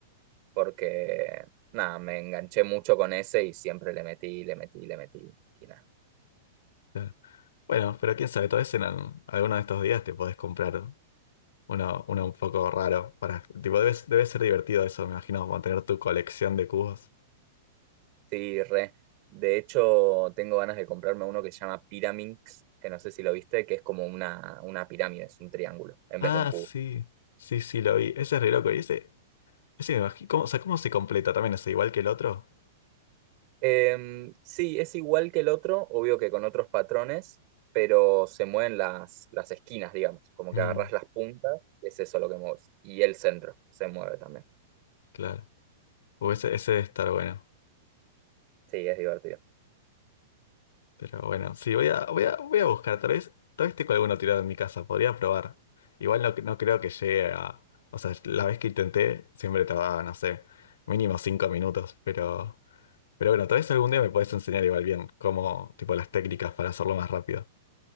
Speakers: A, on the right; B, on the left.
A: porque, nada, me enganché mucho con ese y siempre le metí, le metí, le metí y nada.
B: claro. Bueno, pero quién sabe, tal vez en al- alguno de estos días te podés comprar uno, uno un poco raro para, tipo, debe, debe ser divertido eso, me imagino, mantener tu colección de cubos.
A: Sí, re. De hecho, tengo ganas de comprarme uno que se llama Pyraminx, que no sé si lo viste, que es como una, una pirámide, es un triángulo en
B: Ah,
A: vez de un cubo.
B: sí. Sí, sí, lo vi. Ese es re loco. Y ese, ese me imagino. ¿Cómo, o sea, ¿cómo se completa también? ¿Es igual que el otro?
A: Em, sí, es igual que el otro, obvio que con otros patrones, pero se mueven las, las esquinas, digamos, como
B: Mm,
A: que agarras las puntas, y es eso lo que mueves. Y el centro se mueve también.
B: claro. O ese, ese debe estar bueno.
A: Sí, es divertido.
B: Pero bueno, sí, voy a, voy a, voy a buscar. Tal vez, tal vez tengo alguno tirado en mi casa. Podría probar. Igual no, no creo que llegue a. O sea, la vez que intenté, siempre tardaba, no sé, mínimo cinco minutos. Pero, pero bueno, tal vez algún día me puedes enseñar igual bien cómo, tipo, las técnicas para hacerlo más rápido.